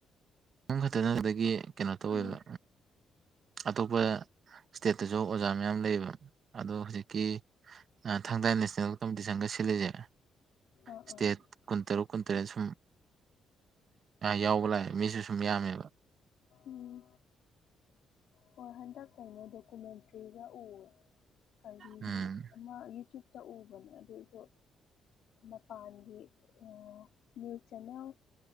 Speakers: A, on the right; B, on the left.
A: ꯌ ꯈꯛꯇ ꯅ ꯑꯗꯨꯗꯒꯤ ꯀꯩꯅꯣ ꯇꯧꯋꯦꯕ
B: ꯎꯝ
A: ꯑꯇꯣꯞꯄ ꯏꯁꯇꯦꯠꯇꯁꯨ ꯑꯣꯖꯥ ꯃꯌꯥꯝ ꯂꯩꯌꯦꯕ ꯑꯗꯣ ꯍꯧꯖꯤꯛꯀꯤ ꯊꯥꯡꯗꯥꯥꯏ ꯅꯦꯁꯅꯦꯜ ꯀꯝꯄꯤꯇꯤꯁꯟꯒ ꯐꯂꯦꯖ
B: ꯑꯥ
A: ꯏꯁꯇꯦꯠ
B: ꯑꯥ
A: ꯀꯨꯟꯇꯔꯨꯛ ꯀꯨꯟꯇꯔꯦꯠ ꯁꯨꯝ ꯌꯥꯎꯕ ꯂꯥꯛꯑꯦ ꯃꯤꯁꯨ ꯈꯨꯝꯌꯥꯝꯃꯦꯕ
B: ꯎꯝ ꯍꯣꯏ ꯍꯟꯗꯛ ꯀꯩꯅꯣꯗꯣ ꯀꯨꯃꯦꯟꯇꯔꯤꯒ ꯎꯔꯦ ꯀꯔꯤꯒꯤ
A: ꯎꯝ
B: ꯑꯃꯥ ꯌꯨꯇꯨꯕ ꯇ ꯎꯕ ꯑꯗꯨꯗꯁꯨ ꯃꯄꯥꯟꯒꯤ ꯑ ꯅ꯭ꯌꯨꯁ ꯆꯦꯟꯅꯜ